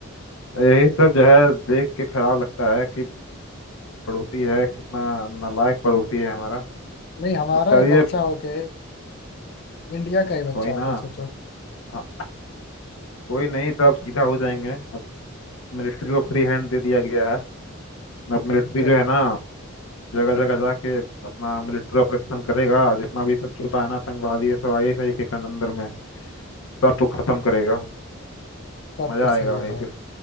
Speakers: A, on the left; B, on the left.
A: तो यही सब जो है देख के खराब लगता है कि पड़ोसी है कितना नालायक पड़ोसी है हमारा
B: नहीं हमारा
A: अब चलिए
B: ही बच्चा होके इंडिया का ही बच्चा
A: कोई
B: होके
A: ना
B: सोचो
A: हाँ कोई नहीं तो अब सीधा हो जाएंगे अब मिलिट्री को फ्री हैंड दे दिया गया है अब मिलिट्री
B: अच्छा,
A: जो है ना जगह जगह जाके अपना मिलिट्री ऑपरेशन करेगा जितना भी सब छुपा है ना आतंकवादी ये सब आई सही के कन- अंदर में सबको खत्म करेगा
B: सब
A: मजा
B: कुछ
A: आएगा
B: सही है
A: भाई
B: भाई
A: फिर